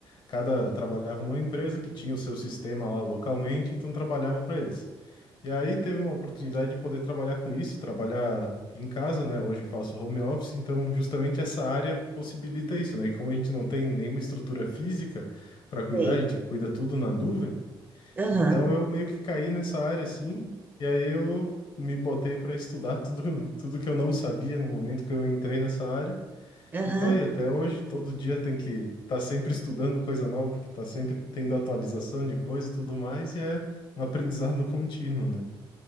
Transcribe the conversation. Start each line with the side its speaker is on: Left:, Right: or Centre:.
Left: cada trabalhava numa empresa que tinha o seu sistema lá localmente, então trabalhava para eles. E aí teve uma oportunidade de poder trabalhar com isso, trabalhar em casa, né? Hoje eu faço home office, então justamente essa área possibilita isso, né? E como a gente não tem nenhuma estrutura física para cuidar,
Right: Sei.
Left: a gente cuida tudo na nuvem.
Right: Aham,
Left: Então eu meio que caí nessa área assim, e aí eu me botei para estudar tudo tudo que eu não sabia no momento que eu entrei nessa área.
Right: aham.
Left: E tô aí até hoje, todo dia tem que estar tá sempre estudando coisa nova, porque tá sempre tendo atualização de coisa e tudo mais, e é um aprendizado contínuo, né?